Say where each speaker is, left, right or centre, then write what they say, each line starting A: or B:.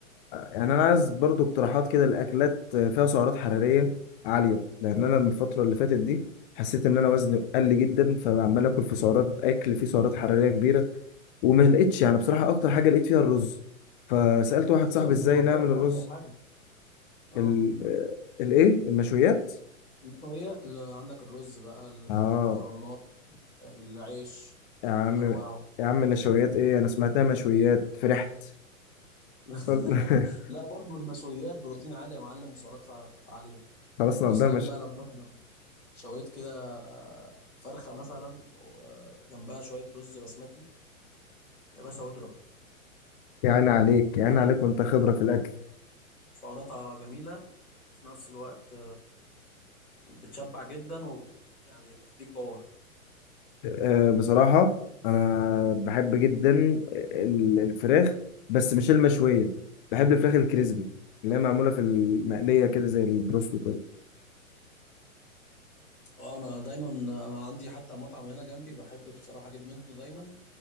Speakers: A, on the left; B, on the left.
A: يعني انا عايز برضو اقتراحات كده لاكلات فيها سعرات حراريه عاليه لان انا الفتره اللي فاتت دي حسيت ان انا وزني قل جدا فعمال اكل في سعرات اكل فيه سعرات حراريه كبيره وما لقيتش يعني بصراحة أكتر حاجة لقيت فيها الرز فسألت واحد صاحبي
B: ايوه النشويات
A: إزاي نعمل الرز
B: اكتر حاجه اه
A: ال آه، الإيه المشويات
B: النشويات اللي عندك الرز بقى
A: آه
B: المكرونات العيش
A: يا عم
B: كل انواعه
A: يا عم النشويات إيه أنا سمعتها مشويات فرحت
B: <laughs>
A: فل- <laughs>
B: لا برضو المشويات بروتين عالي يا معلم وسعرات عاليه
A: خلاص
B: وسلام
A: نقضيها مش
B: بقى لو مثلا شويت كده فرخه مثلا وجنبها شويه رز بسمتي يا باشا واضرب
A: يعني عليك يعني
B: اكل
A: عليك وأنت خبرة في الأكل
B: سعراتها جميله وفي نفس الوقت بتشبع جدا ويعني بتديك باور
A: آه بصراحة أنا بحب جدا ال- الفراخ بس مش المشوية بحب الفراخ الكريسبي اللي هي معمولة في المقلية كده زي البروستو كده
B: وانا دايما آه، عندي حتى مطعم هنا جنبي بحب بصراحه اجيب منه دايما